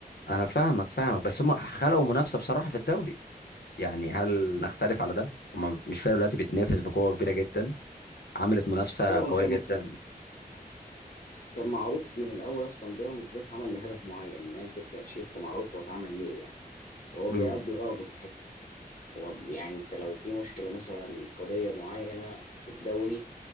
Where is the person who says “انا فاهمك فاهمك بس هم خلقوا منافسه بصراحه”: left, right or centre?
Left